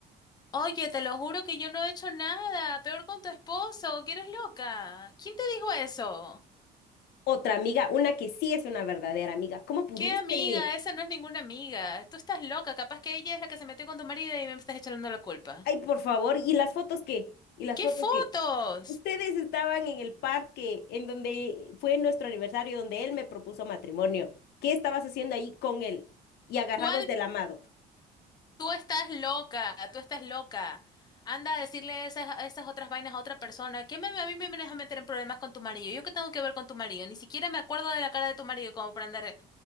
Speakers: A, on the left; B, on the left.
A: Oye, te lo juro que yo no he hecho nada. Peor con tu esposo. ¿Qué eres loca? ¿Quién te dijo eso?
B: Otra amiga, una que sí es una verdadera amiga, ¿cómo pudiste?
A: ¿Qué amiga? Esa no es ninguna amiga. Tú estás loca. Capaz que ella es la que se metió con tu marido y me estás echando la culpa.
B: Ay, por favor, ¿y las fotos qué? ¿Y las
A: ¿Qué
B: fotos
A: fotos?
B: qué? Ustedes estaban en el parque en donde fue nuestro aniversario, donde él me propuso matrimonio. ¿Qué estabas haciendo ahí con él? Y agarrados
A: ¿Cuál
B: del amado.
A: Tú estás loca, tú estás loca. Anda a decirle esas, esas otras vainas a otra persona. ¿Quién me, a mí me vienes a meter en problemas con tu marido? ¿Yo qué tengo que ver con tu marido? Ni siquiera me acuerdo de la cara de tu marido como para andar.